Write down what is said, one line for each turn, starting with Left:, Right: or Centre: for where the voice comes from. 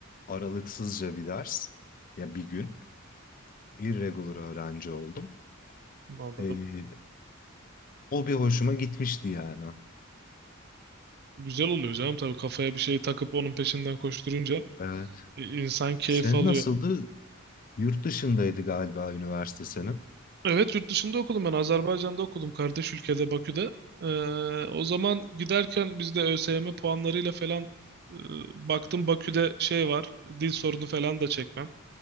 Left: Aralıksızca bir ders. Ya bir gün. Irregular öğrenci oldum.
Right: Anladım.
Left: Ee, o bir hoşuma gitmişti yani.
Right: Güzel oluyor canım tabii kafaya bir şey takıp onun peşinden koşturunca
Left: Evet.
Right: e, insan keyif
Left: Senin
Right: alıyor.
Left: nasıldı? Yurt dışındaydı galiba üniversite senin.
Right: Evet yurt dışında okudum ben Azerbaycan'da okudum kardeş ülkede Bakü'de. Ee, o zaman giderken biz de ÖSYM puanlarıyla falan e, baktım Bakü'de şey var dil sorunu falan da çekmem.